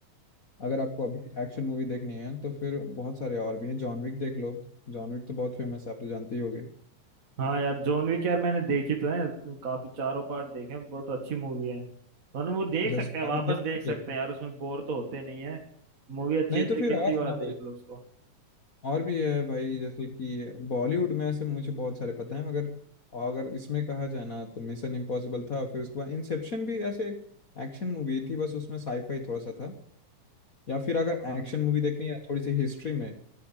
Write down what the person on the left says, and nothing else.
अगर आपको अभी एक्शन मूवी देखनी है तो फिर बहुत सारे और भी हैं जॉन विक देख लो जॉन विक तो बहुत फेमस है आप तो जानते ही होगे
अच्छा
साउथ
देख
लो
तो।
नहीं
तो फिर
आओ
ना
और भी है भाई जैसे कि बॉलीवुड में ऐसे मुझे बहुत सारे पता है मगर अगर इसमें कहा जाए ना तो मिशन इम्पॉसिबल था फिर उसके बाद इंसेप्शन भी ऐसे एक्शन मूवी थी बस उसमें साईफाई थोड़ा सा था या फिर अगर
एक्शन मूवी देखनी है थोड़ी सी हिस्ट्री में